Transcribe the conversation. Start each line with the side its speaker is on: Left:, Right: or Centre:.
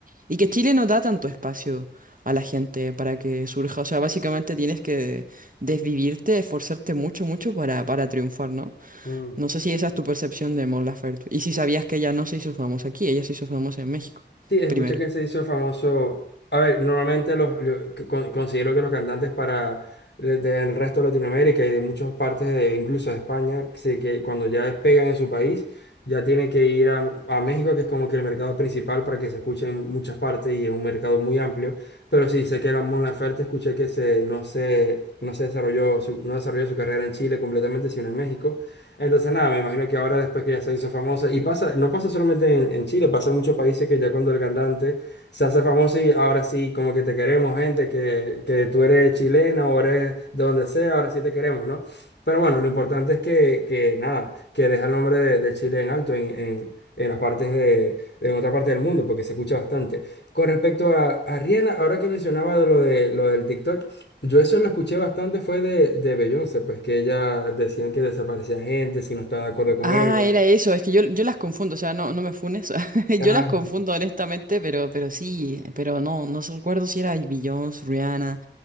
Right: y que Chile no da tanto espacio a la gente para que surja. O sea, básicamente tienes que desvivirte, esforzarte mucho, mucho para, para triunfar, ¿no?
Left: mm.
Right: No sé si esa es tu percepción de Mon Laferte y si sabías que ella no se hizo famosa aquí, ella se hizo famosa en México
Left: Sí, escuché
Right: primero.
Left: que se hizo famoso. A ver, normalmente los, lo- que con- considero que los cantantes para le- del resto de Latinoamérica y de muchas partes, de, incluso de España, sí que cuando ya pegan en su país, ya tienen que ir a, a México, que es como que el mercado principal para que se escuche en muchas partes y es un mercado muy amplio. Pero sí, sé que la Mon Laferte escuché que se, no se, no se desarrolló su, no desarrolló su carrera en Chile completamente, sino en México. Entonces, nada, me imagino que ahora después que ya se hizo famosa, y pasa, no pasa solamente en, en Chile, pasa en muchos países que ya cuando el cantante se hace famoso y ahora sí, como que te queremos, gente, que, que tú eres chilena o eres de donde sea, ahora sí te queremos, ¿no? Pero bueno, lo importante es que, que nada, que deja el nombre de, de Chile en alto en, en, en las partes de, en otra parte del mundo, porque se escucha bastante. Con respecto a, a Rihanna, ahora que mencionaba de lo, de, lo del TikTok. Yo eso lo escuché bastante fue de, de Beyoncé, pues que ella decían que desaparecía gente si no estaba de acuerdo con
Right: Ah,
Left: ella.
Right: era eso, es que yo, yo las confundo, o sea, no, no me funes, <laughs>
Left: Ah,
Right: yo las confundo honestamente, pero, pero sí, pero no, no so- recuerdo si era Beyoncé, Rihanna,